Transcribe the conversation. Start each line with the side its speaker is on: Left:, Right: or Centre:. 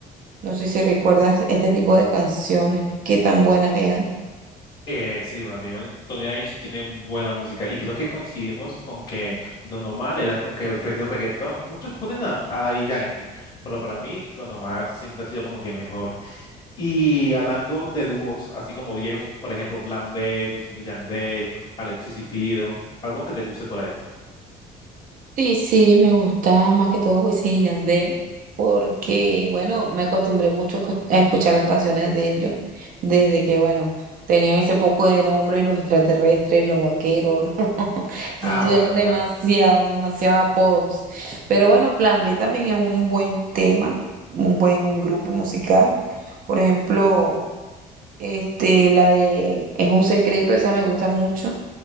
Right: No sé si recuerdas este tipo de canciones, qué tan buenas eran.
Left: Eh, sí, para mí Don- Tony Ice tiene buena música y creo que coincidimos con que Don Omar era como que el rey del reggaetón. Muchos ponen a, a Daddy Yankee, pero para mí Don Omar siempre ha sido como que mejor. Y hablando de dúos, así como viejos, por ejemplo, Plan B, Wisin y Yandel, Alexis y Fido, ¿alguno que te guste por ahí?
Right: Sí, sí, me gusta más que todo Wisin y Yandel, porque, bueno, me acostumbré mucho co- a escuchar las canciones de ellos, desde que, bueno, tenían ese poco de nombre los extraterrestres, los vaqueros, <laughs> ¿no?
Left: Ah,
Right: Eso Tuvieron
Left: bueno,
Right: demasiado,
Left: claro.
Right: demasiados apodos. Pero bueno, Plan B también es un buen tema, un buen grupo musical. Por ejemplo, este, la de Es un secreto, esa me gusta mucho.